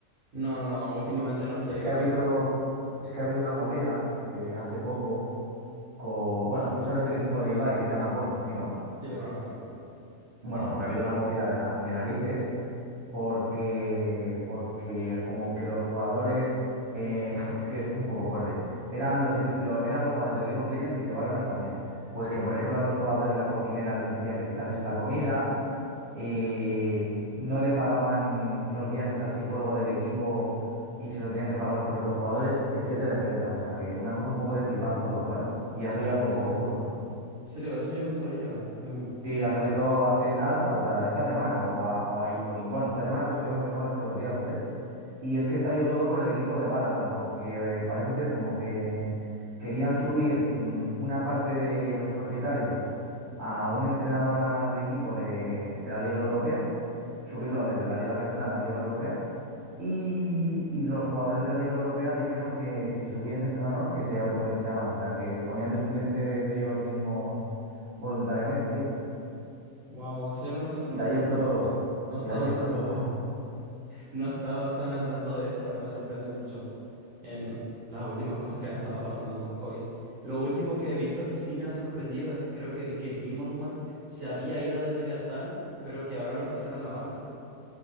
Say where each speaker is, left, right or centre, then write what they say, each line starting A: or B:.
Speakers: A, on the right; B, on the right.
A: No, no, no, últimamente no estoy
B: Es
A: viendo
B: que ha habido,
A: a Lucero.
B: es que ha habido una movida eh, hace poco co- bueno, tú sabes el equipo de Ibai que se llama Coin, ¿sí, no?
A: Sí, lo conozco, lo conozco.
B: Bueno, pues ha habido una movida de, na- de narices porque, porque como que los jugadores, eh, <laughs> es que es un poco fuerte, eran los, equi- lo- eran los jugadores de League of Legends y de Valorant también. Pues que, por ejemplo, a los jugadores la cocinera les metía cristales en la comida, eh, no le pagaban los viajes al psicólogo del equipo y se lo tenían que pagar los propios jugadores, etcétera, etcétera. O sea que una cosa un poco de flipar todo, ¿sabes? Y ha salido hace poco, justo.
A: En serio, de eso yo no sabía. Em,
B: Sí,
A: qué-
B: ha salido hace nada, o sea, esta semana, o, a- o ahí- o- y bueno, esta semana te estoy hablando igual hace dos días o tres, y es que estalló todo por el equipo de Valorant, porque eh, parece ser como que querían subir mm, una parte de los propietarios a un entrenador al equipo de, de la Liga Europea, subirlo desde la Liga Regional a la Liga Europea, y, y los jugadores de la Liga Europea dijeron que si subía ese entrenador, que se autobenchaban, o sea, que se ponían de suplentes ellos mismos voluntariamente, tío.
A: Wow, eso yo no lo sabía,
B: Y de
A: no, no,
B: ahí explotó todo.
A: no no estaba
B: Y de ahí <laughs> explotó
A: tan...
B: todo.
A: No estaba tan al tanto de eso, la verdad me sorprende mucho en las últimas cosas que han estado pasando con Koi. Lo último que he visto que sí me ha sorprendido es que creo que vi que Demon One se había ido de Leviatán, pero que ahora lo pusieron a la banca.